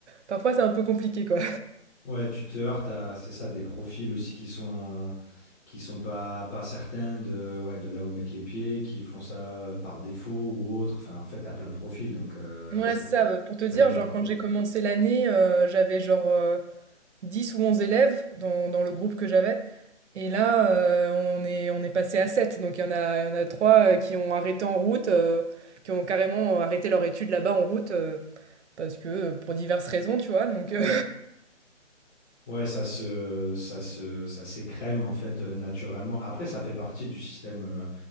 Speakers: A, on the right; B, on the left.
A: Parfois, c'est un peu compliqué, quoi.
B: Ouais, tu te heurtes à, c'est ça, des profils aussi qui sont, qui sont pas, pas certains de, ouais, de là où ils mettent les pieds, qui font ça par défaut ou autre. Enfin, en fait, t'as plein de profils, donc euh,
A: Ouais,
B: ouais, c'est,
A: c'est ça, heu, pour
B: c'est
A: te dire,
B: pas évident,
A: genre,
B: quoi.
A: quand j'ai commencé l'année, heu, j'avais genre, heu, 10 ou 11 élèves dans dans le groupe que j'avais et là, heu, on est on est passé à 7. donc il y en a il y en a 3 heu, qui ont arrêté en route, heu, qui ont carrément arrêté leurs études là-bas en route, heu, parce que, heu, pour diverses raisons, tu vois? Donc heu
B: Ouais, ça se, ça se, ça s'écrème en fait euh, naturellement. Après, ça fait partie du système, euh,